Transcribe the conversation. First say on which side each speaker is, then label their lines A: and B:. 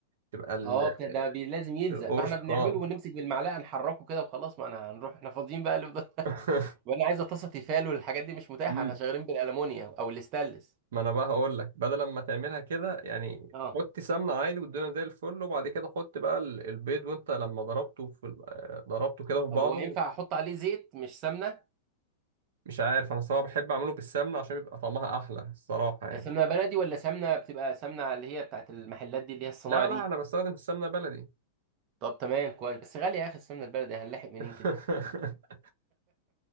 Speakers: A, on the right; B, on the right.
A: تبقى ال-
B: اه بت- ده بي- لازم يلزق
A: القرص
B: فاحنا بنعمله
A: اه
B: ونمسك بالمعلقه نحركه كده وخلاص ما انا هنروح احنا فاضيين بقى اللي فضل. <laughs>
A: <laughs>
B: وانا عايزه طاسه تيفال والحاجات دي مش متاحه
A: مم.
B: احنا شغالين بالالمونيا او الاستانلس
A: ما انا بقى هقول لك بدل ما تعملها كده يعني
B: اه
A: حط سمنه عادي والدنيا زي الفل وبعد كده حط بقى ال- البيض وانت لما ضربته في ال- آه، ضربته كده في
B: طب
A: بعضه
B: هو ينفع احط عليه زيت مش سمنه
A: مش عارف انا الصراحه بحب اعمله بالسمنه عشان بيبقى طعمها احلى الصراحه يعني
B: سمنه بلدي ولا سمنه بتبقى سمنه اللي هي بتاعت المحلات دي اللي هي الصناعه
A: لا لا
B: دي
A: انا بستخدم السمنه بلدي
B: طب تمام كويس بس غاليه يا اخي السمنه البلدي هنلاحق منين
A: <laughs>
B: كده